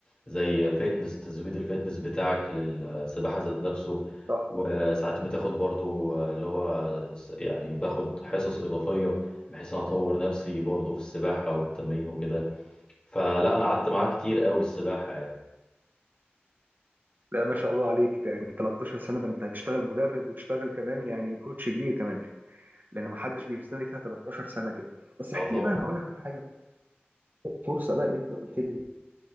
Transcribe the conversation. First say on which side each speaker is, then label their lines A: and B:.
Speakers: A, on the left; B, on the right.
A: زي فيتنس تزويد الفيتنس بتاعك للسباحة ذات نفسه
B: صح
A: وساعات بتاخد برضو آه، اللي هو س- يعني باخد حصص إضافية بحيث أنا أطور نفسي برضو في السباحة والتمرين وكده فلا أنا قعدت معاه كتير قوي السباحة يعني
B: لا ما شاء الله عليك ده يعني 13 سنة ده أنت هتشتغل مدرب وتشتغل كمان يعني كوتش كبير كمان لأن ما حدش بيستنى فيها 13 سنة كده بس
A: اه
B: احكي
A: طبعا
B: لي بقى أنا هقول لك على حاجة فرصة بقى اللي أنت قلت لي